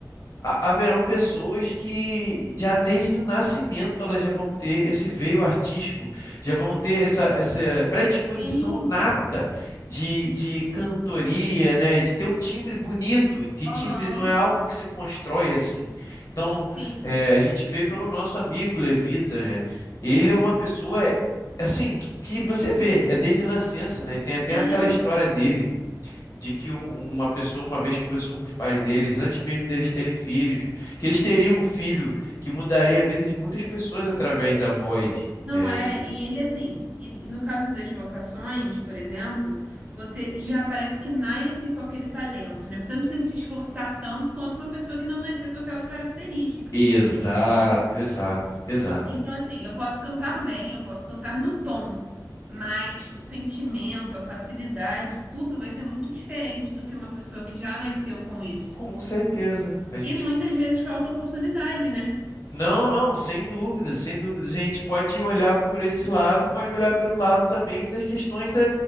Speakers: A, on the left; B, on the right.
A: ha- haverão pessoas que já desde o nascimento elas já vão ter esse veio artístico, já vão ter essa, essa predisposição
B: Sim.
A: nata de, de cantoria, né? De ter um timbre bonito, e que timbre
B: Aham.
A: não é algo que se constrói assim. Então,
B: Sim.
A: eh, a gente vê pelo nosso amigo Levita, né? Ele é uma pessoa assim que, que você vê, é desde a nascença, né? E tem até
B: Sim.
A: aquela história dele de que um- um, uma pessoa uma vez conversou com os pais deles, antes mesmo deles terem filhos, que eles teriam um filho que mudaria a vida de muitas pessoas através da voz.
B: Não
A: É,
B: é, e ele assim, e, e no caso das vocações, por exemplo, você já parece que nasce com aquele talento, né? Você não precisa se esforçar tanto quanto uma pessoa que não nasceu com aquela característica.
A: exato,
B: Então,
A: exato, exato.
B: então, assim, eu posso cantar bem, eu posso cantar no tom, mas o sentimento, a facilidade, tudo vai ser muito diferente do que uma pessoa que já nasceu com isso.
A: Com certeza, a gente
B: E muitas vezes falta oportunidade, né?
A: Não, não, sem dúvida, sem dúvida. A gente pode olhar por esse lado e pode olhar pelo lado também das questões da-